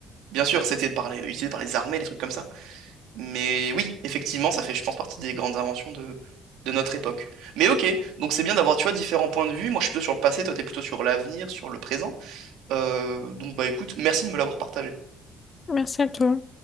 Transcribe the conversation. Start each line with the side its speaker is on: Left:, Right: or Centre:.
Right: bien sûr, c'était par les- utilisé par les armées, des trucs comme ça, mais oui, effectivement, ça fait, je pense, partie des grandes inventions de, de notre époque. Mais ok, donc c'est bien d'avoir, tu vois, différents points de vue. Moi, je suis plutôt sur le passé, toi, t'es plutôt sur l'avenir, sur le présent. Euh, donc, bah écoute, merci de me l'avoir partagé.
Left: Merci à toi.